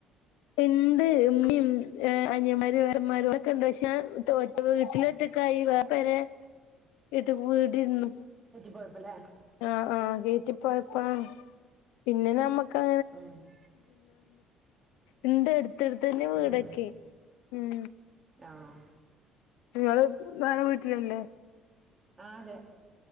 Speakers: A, on the left; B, on the right.
A: ഉണ്ട് ഉമ്മീം അനിയമാരും വേരന്മാരും ഒക്കെ ഉണ്ട് പക്ഷെ ഒറ്റ വീട്ടിലൊറ്റ ക പരെ ഇട്ട് വീടിരുന്നു.
B: പോഴപ്പല്ലേ
A: ആഹ ആഹ വീട്ടിൽപോയപ്പൊ പിന്നെ നമ്മ കാ
B: ഉം
A: ഇണ്ട് അട്ത്തന്നെ വീടൊക്കെ
B: ഉം
A: ഉം
B: ആഹ്
A: നിങ്ങള് വേറെ വീട്ടിലല്ലേ
B: ആ അതെ